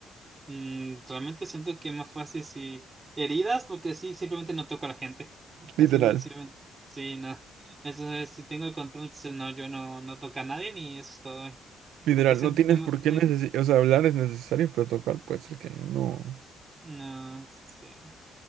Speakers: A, on the right; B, on the right.
A: mm, realmente siento que es más fácil si heridas, porque sí, simplemente no toco a la gente. Así
B: Literal,
A: me sirven. Sí, no. Eso es, si tengo el control, entonces no, yo no, no toco a nadie ni eso es todo.
B: literal,
A: Porque se-
B: no
A: me-
B: tienes por
A: me-
B: qué necesitar, o sea, hablar es necesario, pero tocar puede ser que no.
A: no, sí, sí.